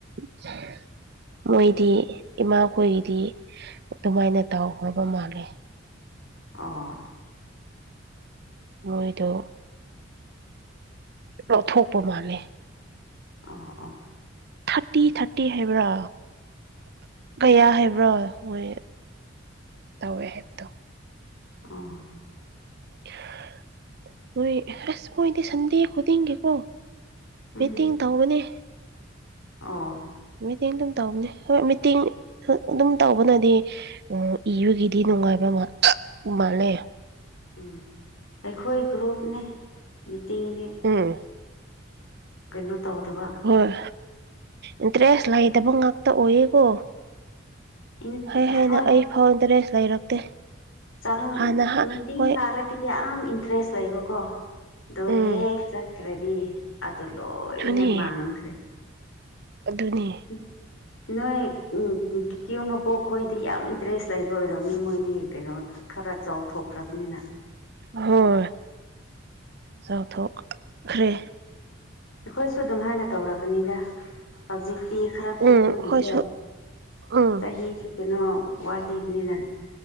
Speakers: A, on the right; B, on the left.
A: ꯆ <inaudible> ꯃꯣꯏꯗꯤ ꯏꯃꯥꯈꯣꯏꯒꯤꯗꯤ ꯑꯗꯨꯃꯥꯏꯅ ꯇꯥꯎꯈ꯭ꯔꯕ ꯃꯥꯜꯂꯦ
B: ꯑꯣ
A: ꯃꯣꯏꯗꯣ ꯂꯧꯊꯣꯛꯄ ꯃꯥꯜꯂꯦ
B: ꯎꯝ ꯎꯝ
A: ꯊꯥꯔꯇꯤ ꯊꯥꯔꯇꯤ ꯍꯥꯏꯕ꯭ꯔꯥ ꯀꯌꯥ ꯍꯥꯏꯕ꯭ꯔꯣ ꯃꯣꯏ ꯇꯧꯋꯦ ꯍꯥꯏꯕꯗꯣ
B: ꯎꯝ
A: <inaudible> ꯃꯣꯏ ꯑꯁ ꯃꯣꯏꯗꯤ ꯁꯟꯗꯦ ꯈꯨꯗꯤꯡꯒꯤꯀꯣ ꯃꯤꯦꯠꯇꯤꯡ
B: ꯎꯝ
A: ꯇꯧꯕꯅꯦ
B: ꯑꯣ
A: ꯃꯤꯇꯤꯡ ꯑꯗꯨꯝ ꯇꯧꯕꯅꯤ ꯍꯣꯏ ꯃꯤꯇꯤꯡ ꯑꯗꯨꯝ ꯇꯧꯕꯅꯗꯤ ꯎꯝ ꯏꯕꯒꯤꯗꯤ ꯅꯨꯡꯉꯥꯏꯕ ꯃꯥꯜꯂꯦ
B: ꯎꯝ ꯑꯩꯈꯣꯏ ꯒ꯭ꯔꯨꯞꯅꯦ ꯃꯤꯇꯤꯡꯗꯤ
A: ꯎꯝ
B: ꯀꯩꯅꯣ ꯇꯧꯗꯕ
A: ꯍꯣꯏ ꯏꯟꯇꯔꯦꯁ ꯂꯩꯇꯕ ꯉꯥꯛꯇ ꯑꯣꯏꯌꯦꯀꯣ
B: ꯏꯟ
A: ꯍꯥꯏꯩ ꯍꯥꯏꯅ
B: ꯍꯣꯏ
A: ꯑꯩ ꯐꯥꯎ ꯏꯟꯇꯔꯦꯁ ꯂꯩꯔꯛꯇꯦ
B: ꯁ
A: ꯍꯥꯟꯅ ꯍꯥ
B: ꯃꯤꯇ
A: ꯍꯣꯏ
B: ꯋꯥꯔ ꯤ ꯌꯥꯝ ꯏꯟꯇꯔꯦꯁ ꯂꯩꯕꯀꯣ ꯑꯗꯣ
A: ꯎꯝ
B: ꯍꯦꯛ ꯆꯠꯈ꯭ꯔꯗꯤ ꯑꯗꯨ ꯂꯣꯏꯅ
A: ꯑꯗꯨꯅꯤ
B: ꯃꯥꯡꯈ꯭ꯔꯦ
A: ꯑꯗꯨꯅꯤ
B: ꯎ ꯅꯣꯏ ꯎ ꯀꯤꯀꯤꯌ ꯃꯄꯣꯛꯈꯣꯏꯗꯤ ꯌꯥꯝ ꯏꯟꯇꯔꯦꯁ ꯂꯩꯕ ꯑꯣꯏꯔꯝꯅꯤ ꯃꯣꯏꯗꯤ ꯀꯩꯅꯣ ꯈꯔ ꯆꯥꯎꯊꯣꯛꯈ꯭ꯔꯕꯅꯤꯅ
A: ꯍꯣꯏ ꯆꯥꯎꯊꯣꯛꯈ꯭ꯔꯦ
B: ꯑꯩꯈꯣꯏꯁꯨ ꯑꯗꯨꯝ ꯍꯥꯏꯅ ꯇꯧꯔꯛꯀꯅꯤꯗ ꯍꯧꯖꯤꯛꯇꯤ ꯈꯔ
A: ꯎꯝ
B: ꯄꯤꯛꯄꯒꯤꯀꯣ
A: ꯍꯣꯏꯁꯨ ꯎꯝ
B: ꯆꯍꯤ ꯀꯩꯅꯣ ꯋꯥꯠꯂꯤꯕꯅꯤꯅ